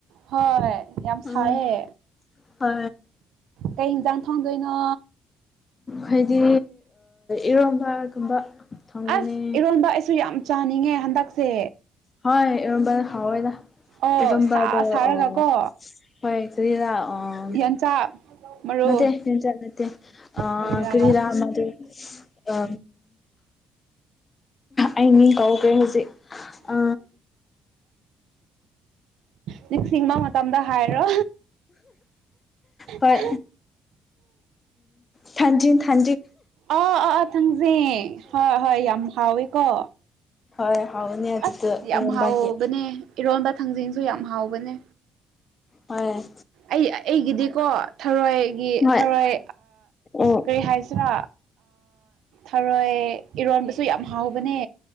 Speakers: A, on the right (about 75°); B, on the left (about 25°).
A: ꯍꯣꯏ ꯌꯥꯝ
B: ꯎꯝ
A: ꯁꯥꯏꯌꯦ
B: ꯍ
A: ꯀꯩ ꯍꯟꯖꯥꯡ ꯊꯣꯡꯗꯣꯏꯅꯣ
B: ꯍꯥꯏꯗꯤ ꯏꯔꯣꯝꯕꯒꯨꯝꯕ ꯊꯣꯡꯒꯅꯤ
A: ꯑꯁ ꯏꯔꯣꯟꯕ ꯑꯩꯁꯨ ꯌꯥꯝ ꯆꯥꯅꯤꯡꯉꯦ ꯍꯟꯗꯛꯁꯦ
B: ꯍꯣꯏ ꯍꯋꯣꯏꯗ
A: ꯑꯣ
B: ꯑꯗꯨꯒꯝꯕꯗꯣ
A: ꯁꯥ ꯁꯥꯔꯒꯀꯣ
B: ꯑꯥ ꯍꯣꯏ ꯀꯔꯤꯗ ꯑꯥ
A: ꯌꯦꯟꯆꯥꯛ ꯃꯔꯨ
B: ꯃꯦ ꯖꯔ ꯃꯦ ꯑ
A: ꯀꯔꯤꯔꯥ
B: ꯀ꯭ꯔꯔꯤꯔꯥ ꯃ ꯑ ꯑꯩ ꯃꯤ ꯀꯧꯒ꯭ꯔꯦ ꯍꯧꯖꯤꯛ ꯑ
A: ꯅꯤꯡ ꯅꯤꯡꯁꯤꯡꯕ ꯃꯇꯝꯗ ꯍꯥꯏꯔꯣ
B: ꯍꯣꯏ
A: ꯍ
B: ꯊꯖ ꯊ
A: ꯑꯥ ꯑꯥ ꯑꯥ ꯊꯥꯡꯖꯩ ꯍꯣꯏ ꯍꯣꯏ ꯌꯥꯝ ꯍꯥꯎꯋꯦꯀꯣ
B: ꯍꯣꯏ ꯍꯥꯎꯅꯤ ꯑꯗꯨꯗꯣ
A: ꯑꯁ ꯌꯥꯝ
B: ꯑꯔꯦꯝꯕꯒꯤ
A: ꯍꯥꯎꯕꯅꯦ ꯏꯔꯣꯟꯕ ꯊꯥꯡꯖꯤꯡꯁꯨ ꯌꯥꯝ ꯍꯥꯎꯕꯅꯦ
B: ꯍꫭꯏ
A: ꯑꯩ ꯑꯩꯒꯤꯗꯤꯀꯣ ꯊꯔꯣꯏꯒꯤ
B: ꯍꯣꯏ
A: ꯊꯔꯣꯏ
B: ꯑꯣ
A: ꯀꯔꯤ ꯍꯥꯏꯁꯤꯔꯥ ꯊꯔꯣꯏ ꯏꯔꯣꯟꯕꯁꯨ ꯌꯥꯝ ꯍꯥꯎꯕꯅꯦ